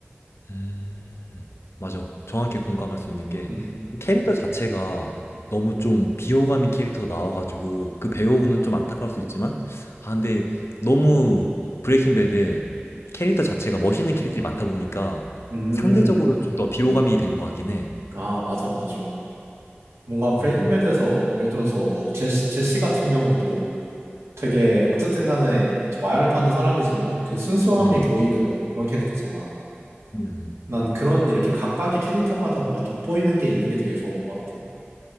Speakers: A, on the left; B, on the right.
A: 음, 맞아. 정확히 공감할 수 있는 게
B: 음.
A: 캐릭터 자체가 너무 좀 비호감인 캐릭터 나와가지고 그 배우분은 좀 안타까울 수 있지만 아 근데 너무 브레이킹 배드에 캐릭터 자체가 멋있는 캐릭터들이 많다 보니까
B: 음.
A: 상대적으로 좀 더 비호감이 된 것 같긴 해.
B: 아, 맞아, 맞아. 뭔가 브레이킹
A: 음,
B: 배드에서 예를 들어서 뭐 제시, 제시 같은 경우도 되게 어쨌든 간에 이렇게 마약을 파는 사람이지만 그 순수함이
A: 음,
B: 보이는 그런 캐릭터잖아.
A: 음.
B: 난 그런 이렇게 각각의 캐릭터마다 뭔가 돋보이는 게 있는 게 되게 좋은 것 같아.